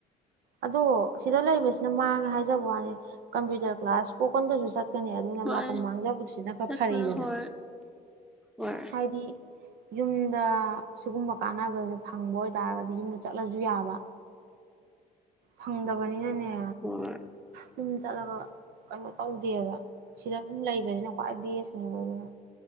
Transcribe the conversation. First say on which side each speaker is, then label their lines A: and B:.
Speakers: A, on the right (about 75°); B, in the centre.
A: ꯑꯗ ꯁꯤꯗ ꯂꯩꯕꯁꯤꯅ ꯃꯥꯡꯉꯦ ꯍꯥꯏꯖꯕ ꯋꯥꯅꯤ ꯀꯝꯄ꯭ꯌꯨꯇꯔ ꯀ꯭ꯂꯥꯁ ꯄꯣꯛꯀꯟꯗꯁꯨ ꯆꯠ ꯈꯅꯦ ꯑꯗꯨꯅ
B: ꯃꯥꯅꯦ
A: ꯃꯇꯝ ꯃꯥꯡꯖꯕꯗꯨꯁꯤꯅ ꯈꯔ
B: ꯆꯠꯄꯗ
A: ꯐꯔꯛꯗꯅ
B: ꯍꯣꯏ ꯍꯣꯏ
A: ꯍꯥꯏꯗꯤ ꯌꯨꯝꯗ ꯁꯤꯒꯨꯝꯕ ꯀꯥꯟꯅꯕꯁꯦ ꯐꯪꯕ ꯑꯣꯏꯇꯥꯔꯒꯗꯤ ꯌꯨꯝꯗ ꯆꯠꯂꯁꯨ ꯌꯥꯕ ꯐꯪꯗꯕꯅꯤꯅꯅꯦ
B: ꯍꯣꯏ
A: ꯌꯨꯝ ꯆꯠꯂꯒ ꯀꯩꯅꯣ ꯇꯧꯗꯦꯕ ꯁꯤꯗ ꯑꯗꯨꯝ ꯂꯩꯕꯁꯤꯅ ꯈ꯭ꯋꯥꯏ ꯕꯦꯁꯅꯦꯕ ꯑꯗꯨꯅ